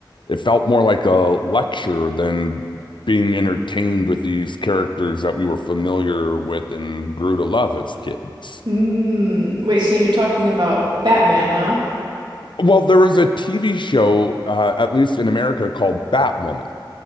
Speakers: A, on the left; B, on the right.
A: it felt more like a lecture than being entertained with these characters that we were familiar with and grew to love as kids.
B: mm. wait so you're talking about batman now
A: Well, there was a TV show, uh, at least in America, called Batwoman.